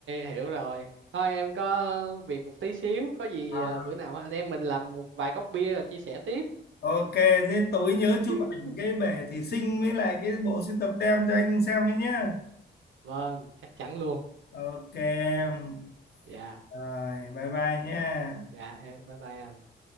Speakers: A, on the right; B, on the left.
A: hiểu rồi. Thôi em có việc một tí xíu, có gì
B: À,
A: à, bữa nào anh em mình làm một vài cốc bia rồi chia sẻ tiếp.
B: Ok, thế tối nhớ chụp
A: <laughs>
B: ảnh cái bể thủy sinh với lại cái bộ sưu tập tem cho anh xem đấy nhá.
A: Vâng, chắc chắn luôn.
B: Ok em.
A: Dạ,
B: Rồi, bye bye nhá.
A: dạ, em- bye bye anh.